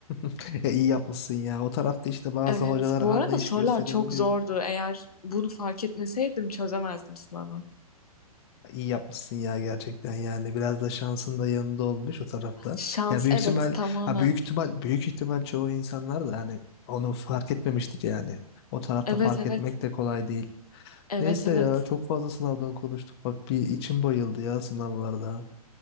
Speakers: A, on the left; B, on the left.
A: <laughs> E, iyi yapmışsın ya. O tarafta işte bazı
B: Evet,
A: hocalar
B: bu
A: anlayış
B: arada sorular
A: gösterebiliyor.
B: çok zordu. Eğer bunu fark etmeseydim çözemezdim sınavı.
A: İyi yapmışsın ya gerçekten yani biraz da şansın da yanında olmuş o tarafta.
B: Şans
A: Ya büyük
B: evet
A: ihtimal
B: tamamen.
A: ha büyük ihtimal büyük ihtimal çoğu insanlar da hani onu fark etmemiştir yani. O tarafta
B: Evet
A: fark
B: evet.
A: etmek de kolay değil.
B: Evet
A: Neyse
B: evet.
A: ya çok fazla sınavdan konuştuk. Bak bir içim bayıldı ya sınavlardan.